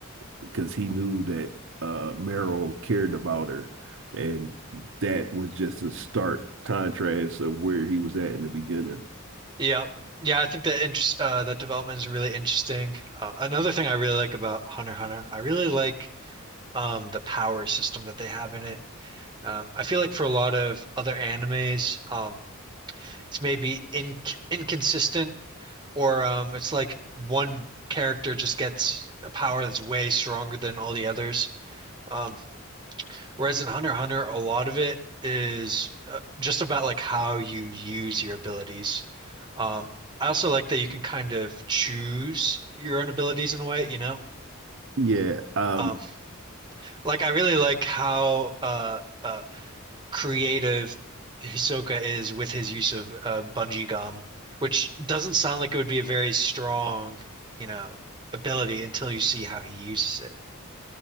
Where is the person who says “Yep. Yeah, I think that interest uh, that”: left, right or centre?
Right